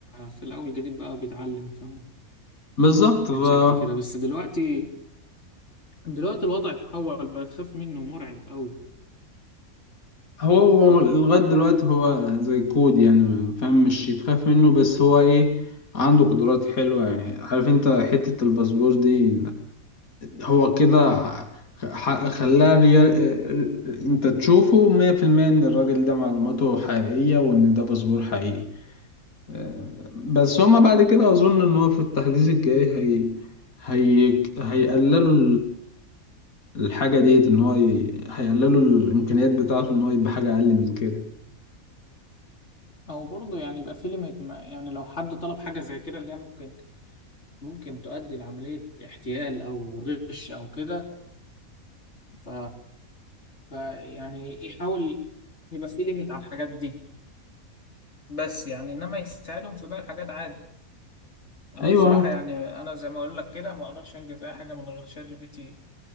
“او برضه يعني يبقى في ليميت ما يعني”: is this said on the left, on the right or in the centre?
Left